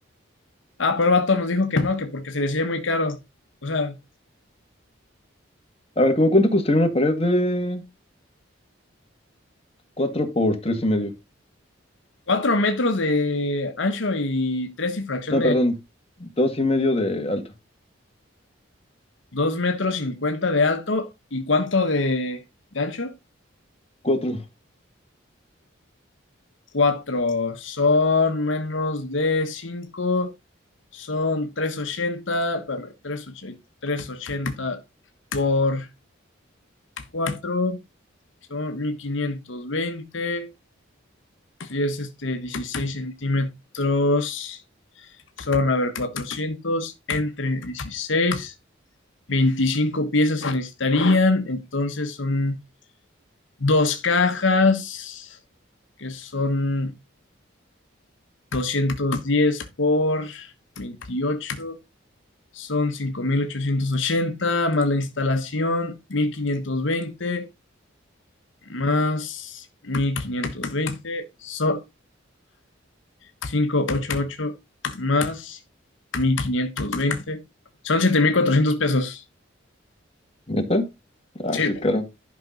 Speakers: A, on the left (about 70°); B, on the left (about 30°).
A: Ah, pero el vato nos dijo que no, que porque se decía muy caro. O sea,
B: A ver, ¿cómo cuánto costaría una pared de cuatro por tres y medio?
A: cuatro metros de ancho y tres y fracción
B: No,
A: de
B: perdón, dos y medio de alto.
A: dos metros cincuenta de alto, ¿y cuánto de, de ancho?
B: Cuatro.
A: cuatro son menos de cinco son 380, espérame, 380, ochenta por cuatro son mil quinientos veinte si es este 16 centímetros, son, a ver, cuatrocientos entre dieciséis 25 piezas se necesitarían, entonces son dos cajas que son doscientos diez por veintiocho son cinco mil ochocientos ochenta más la instalación mil quinientos veinte más 1.520 son 588, más mil quinientos veinte son 7.400 pesos.
B: ¿Neta? Ah,
A: Sí,
B: sí es caro.